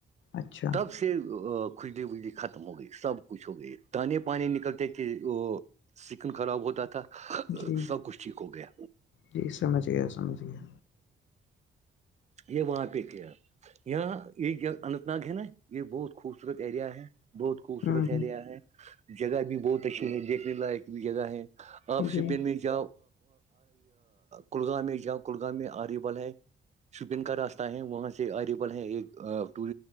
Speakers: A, on the left; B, on the right.
A: اچھا
B: تب سے سے کھجلی وجلی ختم ہو گئی سب کچھ ہو گئی تان پانی نکلتے کہ وہ سکن خراب ہوتا تھا
A: جی
B: سب کچھ ٹھیک ہو گیا
A: جی سمجھ گیا سمجھ گیا
B: یہ وہاں پہ کیا یہاں یہ کیا اننت نگ ہے نا یہ بہت خوبصورت ایریا ہے بہت خوبصورت
A: ہوں
B: ایریا ہے جگہ بھی بہت اچھی ہے دیکھنے لائق بھی جگہ ہے آپ
A: جی
B: سپین میں ج کلگام میں جاں کلگام میں آری بل ہے شپین کا راستہ ہے وہاں سے الیبل ہے ایک ٹور